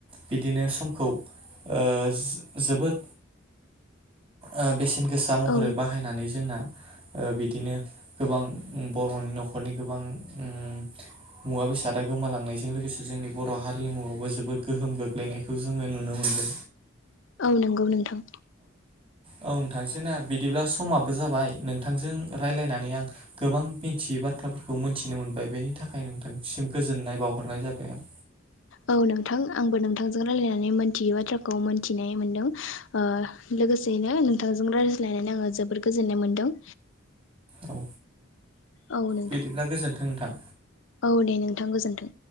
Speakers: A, on the right; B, on the left.
A: बिदिनो समखौ ओ जो जोबोद ओ बेसेन गोसा महरै
B: औ
A: बाहायनानै जोंना ओ बिदिनो गोबां बर'नि न'खरनि गोबां उम मुवा बेसादा गोमालांनायजों लोगोसे जोंनि बर' हारिमुवाबो जोबोद गोहोम गोग्लैनायखौ जोङो नुनो मोनदो।
B: औ नंगौ नोंथां।
A: औ नोंथां जोंना बिदिब्ला समाबो जाबाय नोंथांजों रायज्लायनानै आं गोबां मिथियै बाथ्राफोरखौ मोनथिनो मोनबाय बेनि थाखाय नोंथांसिम गोजोननाय बावहरनाय जाबाय आं।
B: औ नोंथां आंबो नोंथांजों रायलायनानै मोनथियै बाथ्राखौ मोनथिनाय मोनदों ओ लोगोसेयैनो नोंथांजों रायज्लायनानै आङो जोबोोर गोजोननाय मोनदों।
A: औ
B: औ नोंथां
A: बिदिब्ला गोजोन थों नोंथां।
B: औ दे नोंथां गोजोन्थों।